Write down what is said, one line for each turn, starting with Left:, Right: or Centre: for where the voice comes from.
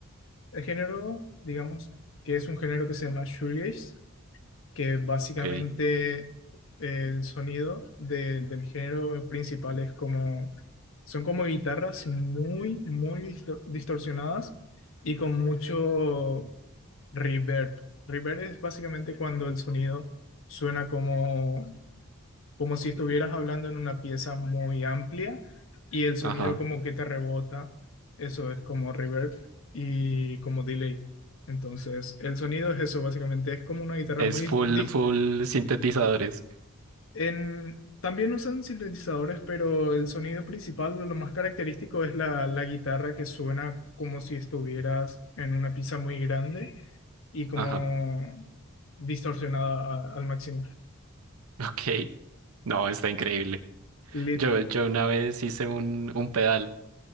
Left: el género, digamos, que es un género que se llama shoegaze que básicamente
Right: Ok,
Left: el sonido de- del género principal es como, son como guitarras muy, muy distor- distorsionadas y con mucho reverb. Reverb es básicamente cuando el sonido suena como, como si estuvieras hablando en una pieza muy amplia y el sonido
Right: ajá.
Left: como que te rebota. Eso es como reverb y como delay. Entonces, el sonido es eso, básicamente. Es como una guitarra
Right: Es
Left: muy
Right: full,
Left: dis- dis-
Right: full sintetizadores.
Left: en, también usan sintetizadores, pero el sonido principal, lo más característico, es la, la guitarra que suena como si estuvieras en una pizza muy grande y como
Right: Ajá,
Left: distorsionada a- al máximo.
Right: <laughs> ok. No, está increíble.
Left: Lit-
Right: Yo, yo una vez hice un, un pedal,